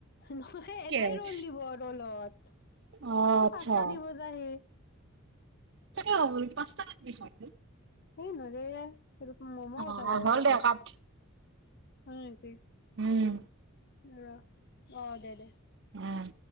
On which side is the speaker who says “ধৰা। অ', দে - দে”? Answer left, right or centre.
Left